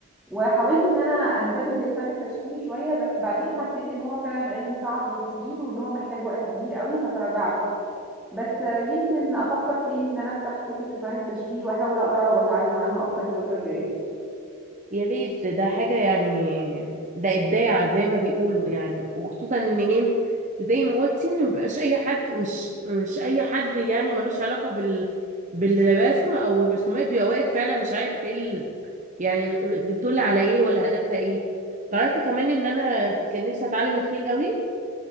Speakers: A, in the centre; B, on the right.
A: وحاولت ان انا انتبه للفن التشكيلي شويه بس بعدين حسيت ان هو فعلا علم صعب وتقيل وان هو محتاج وقت كبير قوي فتراجعت بس يمكن افكر تاني ان انا افتح قصه الفن التشكيلي واحاول اقرا واتعلم عنه اكتر الفتره الجايه
B: يا ريت ده حاجة يعني ده إبداع زي ما بيقولوا يعني وخصوصا ان ايه زي ما قلتي ان مبقاش اي حد مش مش اي حد يعني ملوش علاقة بال بالرسم او الرسومات بيبقى واقف فعلا مش عارف ايه يعني بتدل على ايه ولا هدفها ايه تعرفي كمان ان انا كان نفسي اتعلم الخيل قوي